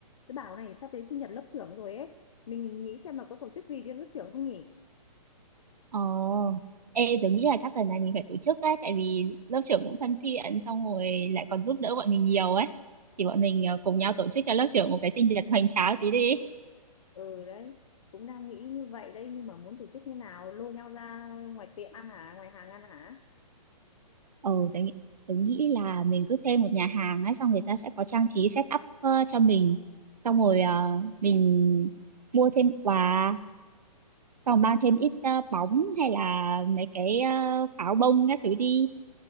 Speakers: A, on the left; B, on the right.
A: Tôi bảo này sắp đến sinh nhật lớp trưởng rồi ấy. Mình nghĩ xem là có tổ chức gì cho lớp trưởng không nhỉ?
B: Ồ, ê, tớ nghĩ là chắc lần này mình phải tổ chức ấy, tại vì lớp trưởng cũng thân thiện, xong rồi lại còn giúp đỡ bọn mình nhiều ấy. Thì bọn mình ờ, cùng nhau tổ chức cho lớp trưởng một cái sinh nhật hoành tráng tí đi.
A: Ừ đấy, cũng đang nghĩ như vậy đây nhưng mà muốn tổ chức như nào? Lôi nhau ra ngoài tiệm ăn hả? Ngoài hàng ăn hả?
B: Ừ, tớ nghĩ, tớ nghĩ là mình cứ thuê một nhà hàng ấy, xong người ta sẽ có trang trí set up ờ, cho mình. Xong rồi ờ, mình mua thêm quà, xong mang thêm ít ờ, bóng hay là mấy cái ờ, pháo bông các thứ đi.